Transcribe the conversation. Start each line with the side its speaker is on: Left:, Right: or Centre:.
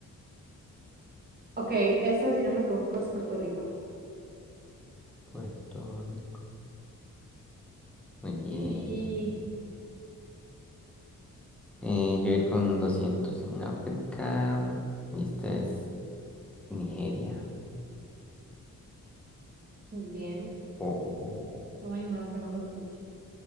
Right: Ok, esta, si no me equivoco, es Puerto Rico.
Centre: Puerto Rico. Muy bien.
Right: Y
Centre: Eh, yo voy a ir con 200 en África. Y esta es Nigeria.
Right: bien,
Centre: Ojo, ojo, ojo, ojo.
Right: no hay más ganando por mucho.